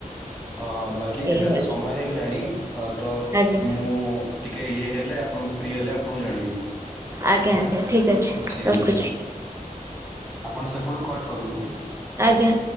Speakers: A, on the left; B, on the right.
A: ହଁ ବାକି ଏବେ
B: ଏଇଭଳିଆ।
A: ତ ସମୟ ହେଇଗଲାଣି। ତ
B: ଆଜ୍ଞା
A: ମୁଁ ଟିକେ ଇଏ ହେଲେ ଆପଣଙ୍କୁ ଫ୍ରି ହେଲେ ଆପଣଙ୍କୁ ଜଣେଇବି।
B: ଆଜ୍ଞା ଆଜ୍ଞା ଠିକ୍ ଅଛି
A: ଠିକ୍
B: ରଖୁଚି।
A: ଅଛି। ଆପଣ ସେପଟୁ କଟ୍ କରନ୍ତୁ।
B: ଆଜ୍ଞା।